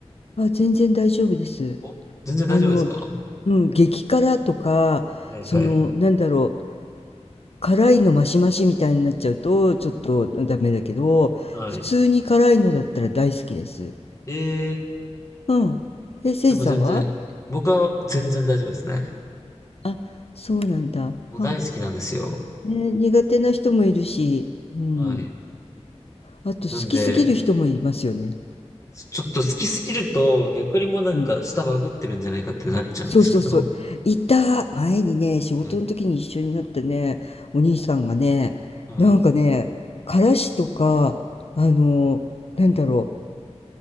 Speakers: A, on the left (about 60°); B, on the left (about 25°).
A: あ、全然大丈夫です。
B: お、全然大丈夫ですか
A: あの、うん、激辛とか、
B: はいはい。
A: その、なんだろう、辛いのマシマシみたいになっちゃうと、ちょっとダメだけど、
B: はい。
A: 普通に辛いのだったら大好きです。
B: ええ
A: うん。え、せいじさんは
B: ー、でも全然、僕は全然大丈夫ですね。
A: あ、そうなんだ。はあは
B: もう大好きなんですよ。
A: あ、ね、苦手な人もいるし、うん。
B: はい。
A: あと、
B: なんで、
A: 好きすぎる人もいますよね。
B: ちょっと好きすぎると、逆にもうなんか舌バグってるんじゃないかってなっちゃうんですけど。
A: うんそうそうそう。いた。前にね、仕事の時に一緒になったね、
B: はい。
A: お兄さんがね、
B: はい。
A: なんかね、からしとか、あの、なんだろ